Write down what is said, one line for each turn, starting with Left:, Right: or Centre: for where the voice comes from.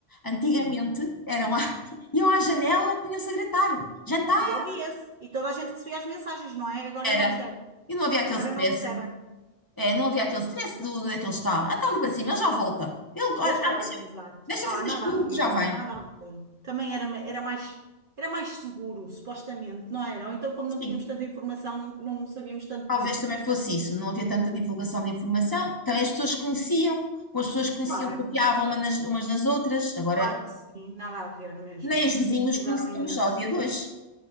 Left: Antigamente
Right: sim.
Left: eram à... <laughs> iam à janela e punham-se a gritar. Jantar
Right: E ouvia-se. E toda a gente recebia as mensagens, não é? Agora
Left: era.
Right: não recebe
Left: E não havia aquele
Right: Agora
Left: stress.
Right: não recebem.
Left: É, não havia aquele stress do, onde é que ele está. Ah, está ali para cima, ele já volta. Ele, ah,
Right: Eles já
Left: ah, deixa,
Right: vêm, exato.
Left: deixa
Right: Ah,
Left: fazer escuro
Right: nada a ver,
Left: que já vem.
Right: nada a ver. Também era, era mais, era mais seguro, supostamente, não era? Ou então, como
Left: Sim,
Right: não tínhamos tanta informação, não, não sabíamos tanto
Left: talvez
Right: tudo.
Left: também
Right: <laughs>
Left: fosse isso. Não havia tanta divulgação de informação. Também as pessoas conheciam, com as pessoas que conheciam,
Right: Claro,
Left: confiavam uma nas- umas nas outras. Agora
Right: claro que sim, nada a ver mesmo.
Left: Nem os
Right: Os
Left: vizinhos
Right: tempos mudaram
Left: conhecemos
Right: imenso.
Left: só ao dia de hoje.